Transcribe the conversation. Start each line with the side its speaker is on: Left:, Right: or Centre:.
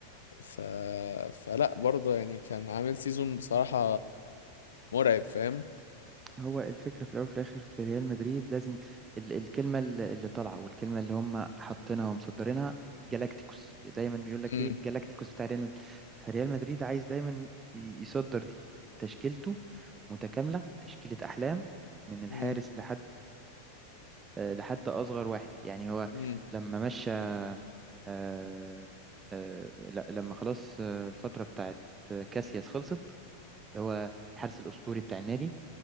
Left: ف... فلا برضه يعني كان عامل سيزون بصراحة مرعب فاهم
Right: هو الفكره في الاول وفي الاخر في ريال مدريد لازم ال الكلمه اللي اللي طالعه والكلمه اللي هم حاطينها ومصدرينها جالاكتيكوس دايما بيقول لك
Left: امم
Right: ايه جالاكتيكوس بتاع ريال مدريد فريال مدريد عايز دايما ي- يصدر دي تشكيلته متكامله تشكيله احلام من الحارس
Left: امم
Right: لحد آه، لحد اصغر واحد يعني هو
Left: امم،
Right: لما مشى آه، آه، لا- لما خلاص آه، الفتره بتاعت كاسياس خلصت اللي هو الحارس الاسطوري بتاع النادي